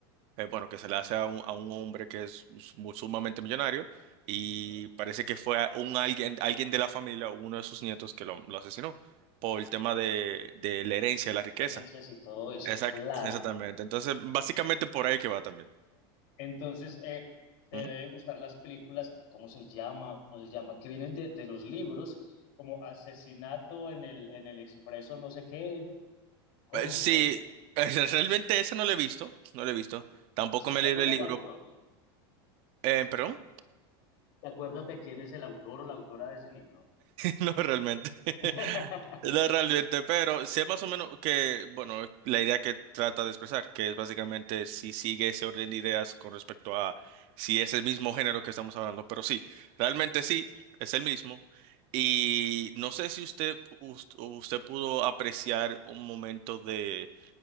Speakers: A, on the right (about 45°); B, on the left (about 55°).
A: eh, bueno, que se le hace a un, a un hombre que es mu- sumamente millonario y
B: Ujú.
A: parece que fue a- un alguien, alguien de la familia, uno de sus nietos que lo, lo asesinó por el tema de, de la herencia, de la riqueza.
B: herencias y todo eso,
A: Exact-
B: claro.
A: exactamente. Entonces, básicamente por ahí que va también.
B: Entonces, eh, te
A: Ujú.
B: deben gustar las películas, ay, ¿cómo se llama? ¿Cómo se llama? Que vienen de, de los libros, como Asesinato en el, en el Expreso, no sé qué. ¿Cómo
A: Eh, Sí,
B: se llama?
A: <laughs> eh, realmente ese no lo he visto, no lo he visto. Tampoco me
B: ¿Te
A: he leído
B: acuerdas
A: el libro.
B: del autor?
A: Eh, ¿perdón?
B: ¿Te acuerdas de quién es el autor o la autora de ese libro?
A: No, realmente. <laughs>
B: <laughs>
A: No, realmente, pero sé más o menos que, bueno, la idea que trata de expresar, que es básicamente si sigue ese orden de ideas con respecto a si es el mismo género que estamos hablando, pero sí, realmente sí, es el mismo. Y no sé si usted, us- usted pudo apreciar un momento de